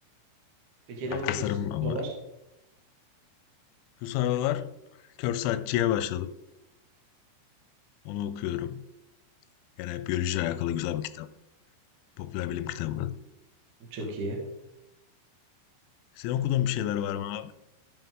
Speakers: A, on the right (about 55°); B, on the left (about 85°).
A: Peki ne
B: Ya,
A: okuyorsun
B: tasarım
A: bu
B: ama.
A: sıralar?
B: Şu sıralar Kör Saatçi'ye başladım. Onu okuyorum. Yani biyolojiyle alakalı güzel bir kitap. Popüler bilim kitabı.
A: Çok iyi.
B: Senin okuduğun bir şeyler var mı